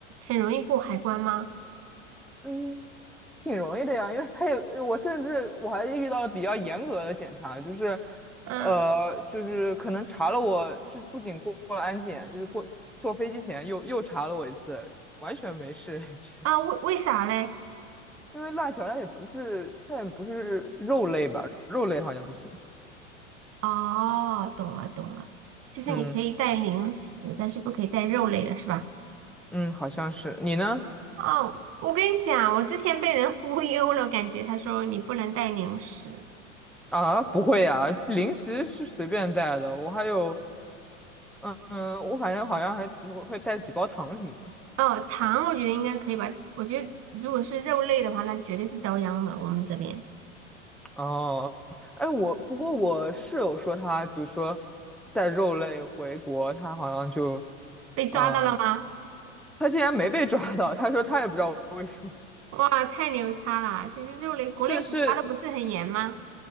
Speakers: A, on the right; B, in the centre.
A: 很容易过海关吗？
B: 嗯，挺容易的呀，因为他也，我甚至我还遇到了比较严格的检查，就是，
A: 嗯
B: 呃，就是可能查了我，就不仅过过了安检，就是过坐飞机前又又查了我一次，完全没事，<laughs> 就
A: 啊，为为啥嘞？
B: 因为辣条它也不是它也不是肉类吧，肉类好像不行，
A: 哦，懂了懂了，就是你可以带零食，
B: 嗯
A: 但是不可以带肉类的是吧？
B: 嗯，好像是，你呢？
A: 哦，我跟你讲，我之前被人 <laughs> 忽悠了，感觉他说你不能带零食。
B: 啊，不会呀，零食是随便带的，我还有，嗯嗯，我反正好像还几会带几包糖什么的。
A: 哦，糖我觉得应该可以吧，我觉得如果是肉类的话，那绝对是遭殃了。我们这边
B: 哦，哎，我不过我室友说他，比如说带肉类回国，他好像就，
A: 被抓到了吗？
B: 嗯，他竟然没被抓到，他说他也不知道为什么，
A: 哇，太牛叉了！其实肉类国内不查的不是很严吗？
B: 是是，